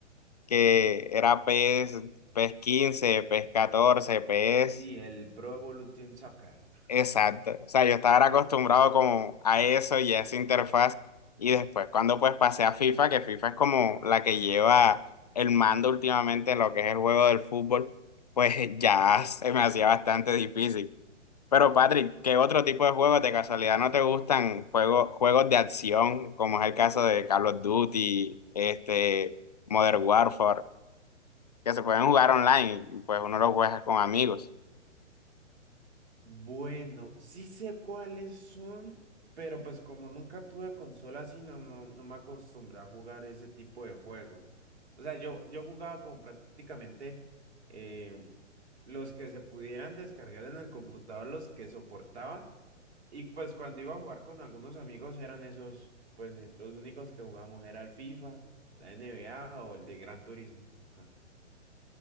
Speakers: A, on the left (about 35°); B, on the right (about 60°).
A: que era PES, PES quince PES catorce PES,
B: Sí, el Pro Evolution Soccer.
A: exacto. O sea, yo estaba era acostumbrado como a eso y a esa interfaz. Y después cuando pues pasé a FIFA, que FIFA es como la que lleva el mando últimamente, en lo que es el juego del fútbol, pues ya se me hacía bastante difícil. Pero Patrick, ¿qué otro tipo de juegos de casualidad no te gustan? Juegos, juegos de acción, como es el caso de Call of Duty, este, Modern Warfare, que se pueden jugar online y pues uno los juega con amigos.
B: Bueno, sí sé cuáles son, pero pues como nunca tuve consola así, no, no, no me acostumbré a jugar ese tipo de juegos. O sea, yo, yo jugaba como prácticamente eh, los que se pudieran descargar en el computador, los que soportaba. Y pues cuando iba a jugar con algunos amigos eran esos, pues eh, los únicos que jugamos era el FIFA, la NBA o el de Gran Turismo. <laughs>